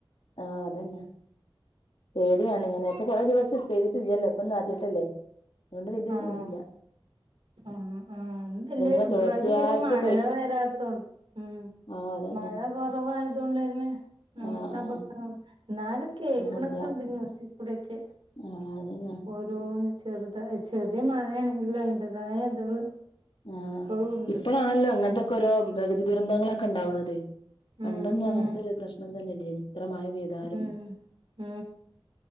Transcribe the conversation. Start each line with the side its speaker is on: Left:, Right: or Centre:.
Left: ആഹ് അതന്നെ പേടിയാണ് ഞനെ ഇപ്പൊ കുറെ ദിവസം ചെയ്തിട്ടില്ലല്ലോ ഇപ്പൊ ഒന്ന് ആദ്യായിട്ടല്ലേ. അതോണ്ട് വല്ല്യ
Right: ആഹ്
Left: സീനില്ല
Right: ആഹ് ആഹ് ന്ന്ഇല്ല
Left: ഇതിങ്ങനെ
Right: ഇപ്രാവശ്യം
Left: തുടർച്ചയായിട്ട്
Right: വല്യ മഴ വരാത്തോണ്ട് ഉം
Left: ആഹ് ആതെ
Right: മഴ കുറവായത് കൊണ്ടന്നെ അങ്ങനത്തെ
Left: ആ ആ
Right: അ എന്നാലും കേക്കണൊക്കെ
Left: ഒന്നുമില്ല
Right: ഉണ്ട് ന്യൂസിക്കൂടിക്കെ
Left: ആ അതന്നെ
Right: ഓരോന്ന് ചെറുതായി ചെറിയ മഴയാണെങ്കിലോ അയ്ന്റതായ ഇതള്
Left: ആഹ്
Right: ഇപ്പോഴും ഉണ്ട്
Left: ഇപ്പഴാണല്ലോ അങ്ങനത്തൊക്കെ
Right: ഉം
Left: ഓരോ പ്രകൃതി ദുരന്തങ്ങളൊക്കെ ഇണ്ടാവണതെ.
Right: ഉം
Left: പണ്ടൊന്നും
Right: ഉം
Left: അങ്ങനത്തെ ഒരു പ്രശ്നം തന്നെല്ലേനി ഇത്ര മഴ പെയ്താലും
Right: ഉം ഉം